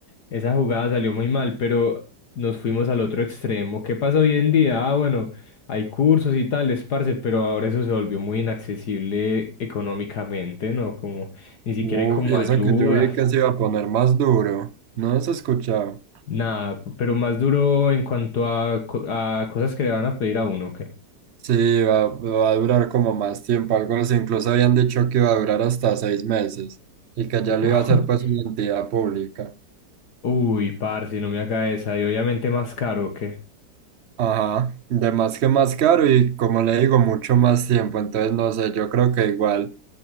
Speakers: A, on the left; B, on the right.
A: esa jugada salió muy mal, pero nos fuimos al otro extremo. ¿Qué pasa hoy en día? Ah, bueno, hay cursos y tales, parce, pero ahora eso se volvió muy inaccesible económicamente, ¿no? Como ni siquiera
B: Uf,
A: hay como
B: y
A: ayudas,
B: eso que yo vi que se iba a poner más duro. ¿No has escuchado?
A: nada, pero más duro en cuanto a, co- a cosas que le van a pedir a uno, ¿o ¿qué?
B: Sí, va, va a durar como más tiempo, algo así. Incluso habían dicho que iba a durar hasta seis meses y que ya
A: <laughs>
B: lo iba a hacer pues una entidad pública.
A: Uy, parce, no me haga esa, y obviamente más caro, ¿o ¿qué?
B: Ajá, de más que más caro y como le digo, mucho más tiempo. Entonces, no sé, yo creo que igual.